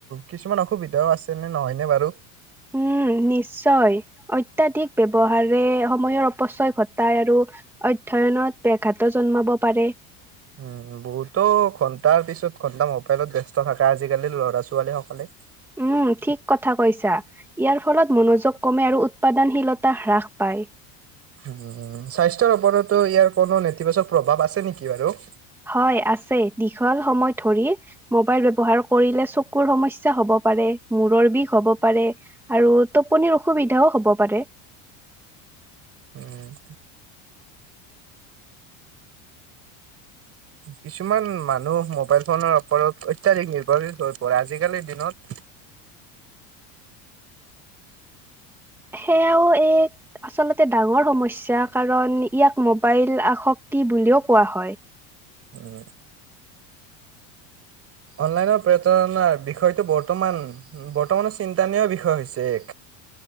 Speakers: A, on the right (about 35°); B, in the centre.
A: কিছুমান অসুবিধাও আছে নে নহয়নে বাৰু?
B: উম, নিশ্চয়। অত্যাধিক ব্যৱহাৰে সময়ৰ অপচয় ঘটায় আৰু অধ্যয়নত বে জন্মাব পাৰে
A: উম বহুতো ঘন্টাৰ পিছত ঘন্টা মোবাইলত দে থকা আজিকালি ল'ৰা ছোৱালীসকলে
B: উম ঠিক কথা কৈছা ইয়াৰ ফলত মনোযোগ কমে আৰু উৎপাদনশীলতা হ্ৰাস পায়।
A: উম উম স্বাস্থ্যৰ ওপৰতো ইয়াৰ কোনো নেতিবাচক প্ৰভাৱ আছে নেকি বাৰু?
B: হয় আছে দীঘল সময় ধৰি মোবাইল ব্যৱহাৰ কৰিলে চকুৰ সমস্যা হব পাৰে মূৰৰ বিষ হব পাৰে আৰু টোপনিৰ অসুবিধাও হব পাৰে।
A: উম কিছুমান মানুহ মোবাইল ফোনৰ ওপৰত অত্যধিক নিৰ্ভৰশীশ হৈ পৰে আজিকালিৰ দিনত
B: সেয়াও এক আচলতে ডাঙৰ সমস্যা কাৰণ ইয়াক মোবাইল আসক্তি বুলিও কোৱা হয়।
A: উম, অনলাই বিষয়টো বৰ্তমানৰ বিষয়